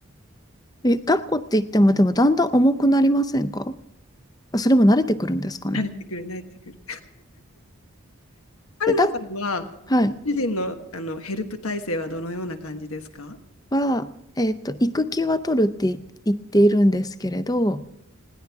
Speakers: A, on the left; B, on the left.
A: え、抱っこって言っても、でもだんだん重くなりませんかあそれも慣れてくるんですかね。
B: 慣れてくる、慣れてくる。春菜さんは、
A: で、だ、はい。
B: ご主人の、あのヘルプ体制はどのような感じですか
A: は、えっと、育休は取るって言っているんですけれど、